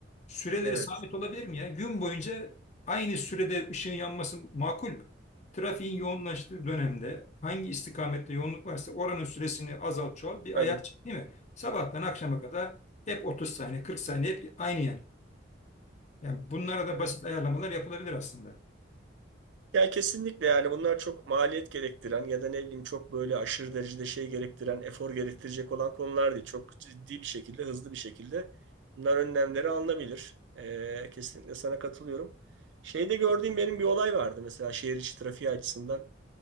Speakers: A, on the left (about 35°); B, on the right (about 70°).
A: Süreleri
B: Evet.
A: sabit olabilir mi ya? Gün boyunca aynı sürede ışığın yanması makul mü? Trafiğin yoğunlaştığı dönemde hangi istikamette yoğunluk varsa oranın süresini azalt çoğalt bir ayar
B: Tabii.
A: çek değil mi? Sabahtan akşama kadar hep 30 saniye 40 saniye hep aynı yani. Yani bunlara da
B: Evet.
A: basit ayarlamalar yapılabilir aslında.
B: Ya kesinlikle yani bunlar çok maliyet gerektiren ya da ne bileyim çok böyle aşırı derecede şey gerektiren, efor gerektirecek olan konular değil. Çok ciddi bir şekilde, hızlı bir şekilde bunlar önlemleri alınabilir. Ee, kesinlikle sana katılıyorum. Şeyde gördüğüm benim bir olay vardı mesela şehir içi trafiği açısından.